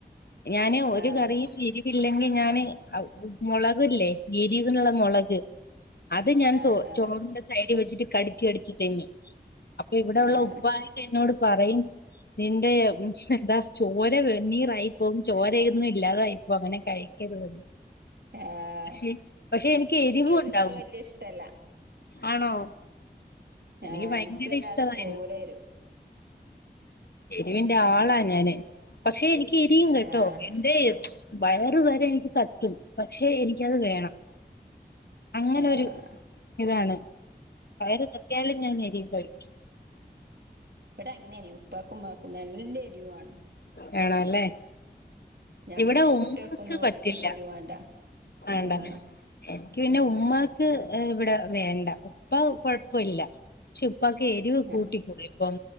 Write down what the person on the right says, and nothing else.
ആഹ്
ആഹ്
ആഹ്
ആഹ്
ആഹ്
എരിവിനോട് വല്യ ഇഷ്ടല്ല
ആഹ
എനക്ക്ല്ലാതെ
പോകൂല
വരും.
ആഹ്
ആഹ്
ഇവിടെ അങ്ങനെയന് ഉപ്പാക്കും ഉമ്മാക്കും നല്ല എരിവേണം.
ഞങ്ങൾക്ക്
കുട്ടികൾക്കൊന്നും
ഓൽക്കൊന്നും എരിവ് വേണ്ട
ആഹ്
ആഹ്